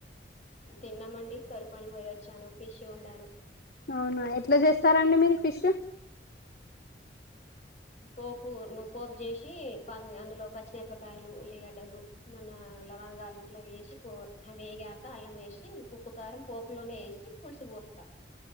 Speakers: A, on the left; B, on the left.
A: తిన్నామండి కరువు పని పోయోచ్చాను ఫిష్ వండాను
B: అవునా ఎట్లా చేస్తారండి మీరు ఫిష్
A: పోపు పోపు చేసి ప అందులో పచ్చిమిరపకాయలు ఉల్లిగడ్డలు మన లవంగాలు ఇట్లా వేసి పో వేగాక అలాం వేసి ఉప్పుకారం పోపులోనే యేసి పులుసు పోస్తా